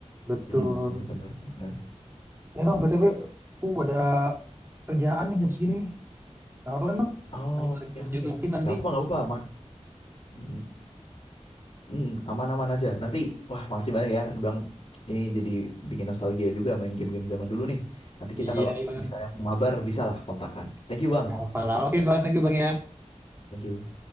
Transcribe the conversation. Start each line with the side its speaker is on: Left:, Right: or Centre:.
Right: betul.
Left: Hmm, bener, bener.
Right: Eh bang btw aku ada kerjaan nih jam segini nih. Gak apa kan bang?
Left: Oh,
Right: Lanjut
Left: oke,
Right: lagi, lanjut
Left: oke.
Right: lagi nanti.
Left: Nggak apa-apa, nggak apa-apa. Mak. Mm, aman-aman aja. Nanti, wah makasih banyak ya, Bang. Ini jadi bikin nostalgia juga main game-game zaman dulu nih. Nanti
Right: Iya
Left: kita kalau
Right: iya, bang.
Left: misalnya mau mabar, bisa lah kontakan. Thank you, Bang.
Right: Gampang lah. Oke bang, lagi bang ya.
Left: Thank you.